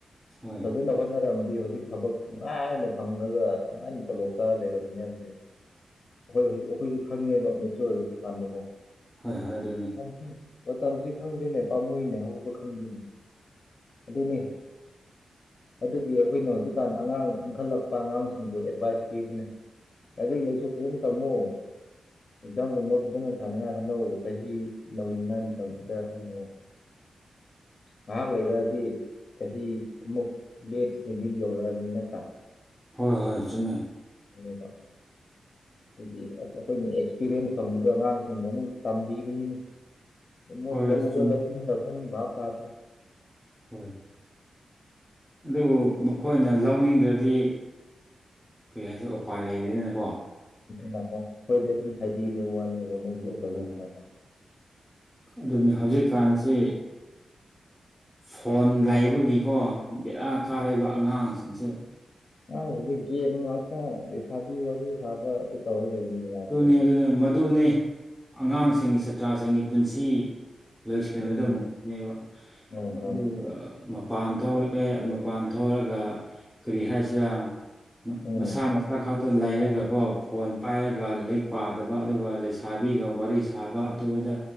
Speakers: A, in the centre; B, on the left (about 50°).
A: ꯍꯣꯏ
B: ꯐꯖꯅ ꯍꯣꯠꯅꯔꯝꯃꯗꯤ ꯍꯧꯖꯤꯛ ꯊꯕꯛ ꯅꯨꯡꯉꯥꯏꯅ ꯐꯪꯉꯒ ꯅꯨꯡꯉꯥꯏꯅ ꯇꯣꯂꯣꯞ ꯆꯥꯔꯒ ꯂꯩꯔꯝꯒꯅꯤ ꯍꯥꯏꯕꯖꯤ ꯑꯩꯈꯣꯏ ꯍꯧꯖꯤꯛ ꯑꯩꯈꯣꯏꯁꯨ ꯈꯪꯉꯦꯕ ꯃꯦꯆꯣꯔ ꯑꯣꯏꯔꯛꯄ ꯀꯥꯟꯗ ꯀꯣ
A: ꯍꯣꯏ ꯍꯣꯏ ꯑꯗꯨꯅꯤ
B: ꯎꯝ ꯃꯇꯝꯁꯤ ꯈꯪꯗꯦꯅꯦ ꯄꯥꯝꯃꯨꯏꯅꯦ ꯍꯧꯕ ꯈꯪꯗꯦꯅꯦ ꯑꯗꯨꯅꯤ ꯑꯗꯨꯒꯤ ꯑꯩꯈꯣꯏꯅ ꯍꯧꯖꯤꯛꯀꯥꯟ ꯑꯉꯥꯡ ꯏꯟꯈꯠꯂꯛꯄ ꯑꯉꯥꯡꯁꯤꯡꯕꯨ ꯑꯦꯗꯚꯥꯏꯁ ꯄꯤꯕꯅꯦ ꯂꯥꯏꯔꯤꯛ ꯂꯥꯏꯁꯨ ꯐꯖꯅ ꯇꯝꯃꯣ ꯑꯦꯛꯖꯥꯝꯒꯨꯝꯕ ꯐꯖꯅ ꯊꯥꯅꯤꯡꯉꯥꯏ ꯍꯣꯠꯅꯧ ꯆꯍꯤ ꯅꯧꯔꯤꯉꯩ ꯃꯇꯝꯁꯤꯗ ꯑꯩꯅ
A: <unintelligible>
B: ꯉꯥꯏꯍꯥꯛ ꯂꯩꯔꯛꯑꯗꯤ ꯆꯍꯤ ꯑꯃꯨꯛ ꯂꯦꯁ ꯂꯤꯃꯤꯠ ꯌꯧꯔꯛꯑꯅꯤ ꯃꯤ ꯅꯠꯇ꯭ꯔꯥ
A: ꯍꯣꯏ ꯍꯣꯏ ꯆꯨꯝꯃꯦ
B: ꯑꯗꯨꯅꯦꯕ ꯑꯗꯨꯒꯤ ꯑꯁ ꯑꯩꯈꯣꯏꯅ ꯑꯦꯛꯁꯄꯤꯔꯤꯌꯦꯟꯁ ꯐꯪꯕꯗꯣ ꯑꯉꯥꯡꯁꯤꯡꯗ ꯑꯃꯨꯛ ꯇꯝꯕꯤꯕꯅꯤꯅꯦ ꯃꯣꯏ
A: ꯍꯣꯏ
B: ꯂꯧꯕ
A: ꯆꯨꯝꯃꯦ
B: ꯂꯧꯅꯤꯡꯗꯕ ꯚꯥꯞ ꯇꯥꯗ꯭ꯔꯦ
A: ꯍꯣꯏ ꯑꯗꯨꯕꯨ ꯃꯈꯣꯏꯅ ꯂꯧꯅꯤꯡꯗ꯭ꯔꯗꯤ ꯀꯔꯤꯁꯨ ꯎꯄꯥꯏ ꯂꯩꯔꯤꯅꯀꯣ
B: ꯅꯀꯣ ꯑꯩꯈꯣꯏꯗꯤ ꯑꯗꯨꯝ ꯍꯥꯏꯕꯤꯕꯩ ꯋꯥꯅꯦꯕ ꯃꯣꯏ
A: ꯍꯣꯏ
B: ꯀꯔꯤ ꯇꯧꯕꯗꯅ
A: ꯍꯣꯏ ꯑꯗꯨꯅꯤ ꯍꯧꯖꯤꯛꯀꯥꯟꯁꯤ ꯐꯣꯟ ꯂꯩꯕꯒꯤꯀꯣ ꯕꯦꯔꯥ ꯀꯥꯔꯦꯕ ꯑꯉꯥꯡꯁꯤꯡꯁꯦ
B: ꯑ ꯍꯧꯖꯤꯛ ꯒꯦꯝ ꯉꯥꯛꯇ ꯂꯩꯁꯥꯕꯤ ꯋꯥꯔꯤ ꯁꯥꯕ ꯑꯗꯨ ꯇꯧꯔ ꯂꯩꯔꯦꯅꯦ ꯌꯥꯗ꯭ꯔꯦꯅꯦ
A: ꯑꯗꯨꯅꯤ ꯑꯗꯨꯅꯤ ꯃꯗꯨꯅꯤ ꯑꯉꯥꯡꯁꯤꯡꯒꯤ ꯁꯥꯇ꯭ꯔꯁꯤꯡꯒꯤ ꯄꯨꯟꯁꯤ ꯂꯣꯏꯁꯟꯕꯗꯨꯃꯨꯛꯅꯦꯕ
B: ꯎꯝ ꯍꯣꯏ ꯍꯣꯏ
A: ꯑꯗꯨꯒ ꯃꯄꯥꯟ ꯊꯣꯛꯂꯛꯑꯦ ꯃꯄꯥꯟ ꯊꯣꯛꯑꯒ ꯀꯔꯤ ꯍꯥꯏꯁꯤꯔ
B: ꯎꯝ
A: ꯃꯁꯥ ꯃꯁꯥ ꯈꯛꯇ ꯂꯩꯔꯒꯀꯣ ꯐꯣꯟ ꯄꯥꯏꯔꯒ ꯑꯗꯨꯒ ꯂꯤꯛ ꯄꯥꯗꯕ ꯑꯗꯨꯒ ꯂꯩꯁꯥꯕꯤꯒ ꯋꯥꯔꯤ ꯁꯥꯕ ꯑꯗꯨꯗ